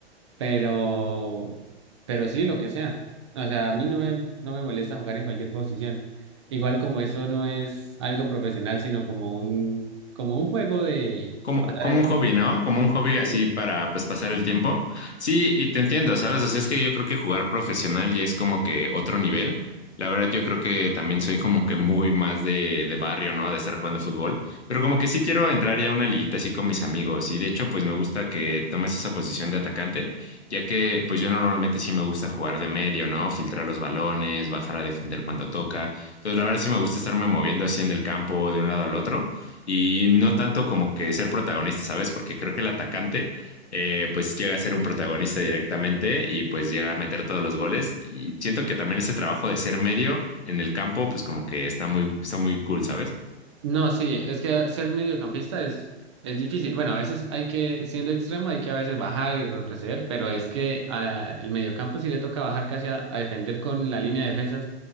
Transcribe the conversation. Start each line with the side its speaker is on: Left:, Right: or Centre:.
Right: pero, pero sí, lo que sea. O sea, a mí no me, no me molesta jugar en cualquier posición. Igual como eso no es algo profesional, sino como un, como un juego de
Left: Como,
Right: pasar
Left: como
Right: el
Left: un hobby,
Right: tiempo.
Left: ¿no? Como un hobby
Right: de-
Left: así para pues pasar el tiempo. Sí, y te entiendo, ¿sabes? O sea, es que yo creo que jugar profesional ya es como que otro nivel. La verdad, yo creo que también soy como que muy más de, de barrio, ¿no? De estar jugando fútbol. Pero como que sí quiero entrar ya a una liguita así con mis amigos. Y de hecho, pues me gusta que tomes esa posición de atacante, ya que pues yo normalmente sí me gusta jugar de medio, ¿no? Filtrar los balones, bajar a defender cuando toca. Entonces, la verdad sí me gusta estarme moviendo así en el campo de un lado al otro y no tanto como que ser protagonista, ¿sabes? Porque creo que el atacante eh, pues llega a ser un protagonista directamente y pues llega a meter todos los goles y siento que también ese trabajo de ser medio en el campo pues como que está muy, está muy cool, ¿sabes?
Right: No, sí, es que ser mediocampista es, es difícil. Bueno, a veces hay que, siendo extremo, hay que a veces bajar y retroceder, pero es que ah, el mediocampo sí le toca bajar casi a, a defender con la línea de defensa